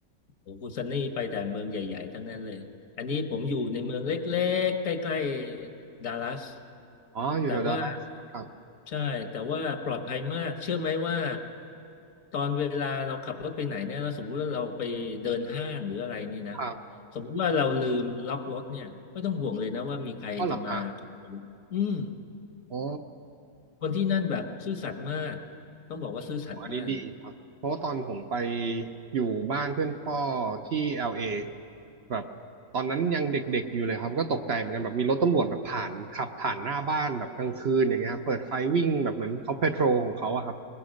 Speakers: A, on the left; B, on the right.
A: โอ้โหคุณซันนี่ไปแต่เมืองใหญ่ๆทั้งนั้นเลยอันนี้ผมอยู่ในเมืองเล็กๆใกล้ๆดัลลัส
B: อ๋ออยู่แถวดัลลัสครับ
A: แต่ว่าใช่แต่ว่าปลอดภัยมากเชื่อไหมว่าตอนเวลาเราขับรถไปไหนเนี่ยเราสมมุติว่าเราไปเดินห้างหรืออะไรนี่นะ
B: ครับ
A: สมมุติว่าเราลืมล็อกรถเนี่ยไม่ต้องห่วงเลยนะว่ามีใครจะมาขโมยอืม
B: อ๋อเหรอฮะอ๋อ
A: คนที่นั่นแบบซื่อสัตย์มากต้องบอกว่าซื่อสัตย์มาก
B: อันนี้ดีครับ เพราะว่าตอนผมไปอยู่บ้านเพื่อนพ่อที่ LA แบบตอนนั้นยังเด็กๆอยู่เลยครับก็ตกใจเหมือนกันแบบมีรถตำรวจแบบผ่านขับผ่านหน้าบ้านแบบกลางคืนอย่างเงี้ยครับเปิดไฟวิ่งแบบเหมือนเขาเพโทรของเขาอะครับ